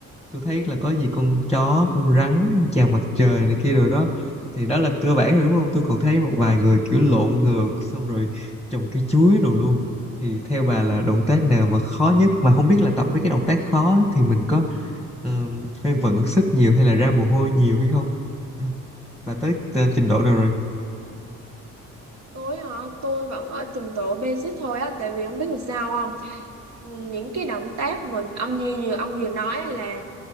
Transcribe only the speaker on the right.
Ừ.
tôi hả tôi vẫn ở trình độ basic thôi á tại vì không biết làm sao không Ừ, những cái động tác mà ông như vừa ông vừa nói là